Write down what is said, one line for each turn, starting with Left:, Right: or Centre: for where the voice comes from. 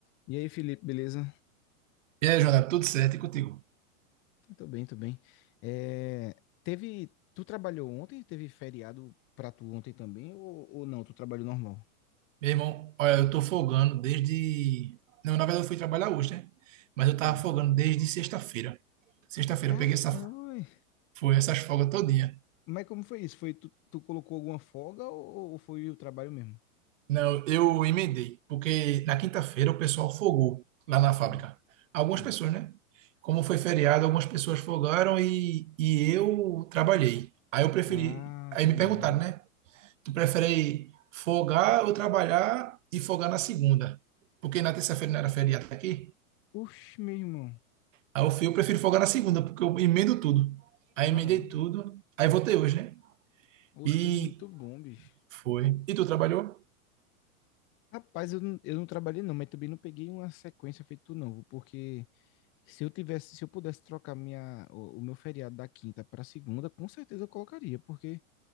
Left: E aí, Felipe, beleza?
Right: E aí, Jonathan, tudo certo? E contigo?
Left: Tô bem, tô bem. É, teve, tu trabalhou ontem? Teve feriado pra tu ontem também? Ou, ou não? Tu trabalhou normal?
Right: Meu irmão, olha, eu tô folgando desde. Não, na verdade eu fui trabalhar hoje, né? Mas eu tava
Left: Hum.
Right: folgando desde sexta-feira. Sexta-feira
Left: Caramba!
Right: eu peguei essa...
Left: ué.
Right: Foi essas folgas todinha.
Left: Mas como foi isso? Foi tu, tu colocou alguma folga ou, ou foi o trabalho mesmo?
Right: Não, eu emendei, porque na quinta-feira o pessoal folgou lá na fábrica.
Left: Hum,
Right: Algumas
Left: hum.
Right: pessoas, né? Como foi feriado, algumas pessoas folgaram e, e eu trabalhei. Aí eu preferi.
Left: Ah,
Right: Aí
Left: tá
Right: me
Left: ligado.
Right: perguntaram, né? Tu prefere folgar ou trabalhar e folgar na segunda? Porque na terça-feira não era feriado aqui?
Left: Oxe, meu irmão.
Right: Aí eu fui, eu prefiro folgar na segunda, porque eu emendo tudo.
Left: Claro.
Right: Aí emendei tudo. Aí voltei hoje, né?
Left: Oxe,
Right: E
Left: foi muito bom, bicho.
Right: foi. E tu trabalhou?
Left: Rapaz, eu, não- eu não trabalhei não, mas também não peguei uma sequência feito tu não, porque Se eu tivesse, se eu pudesse trocar minha, o, o meu feriado da quinta para segunda, com certeza eu colocaria, porque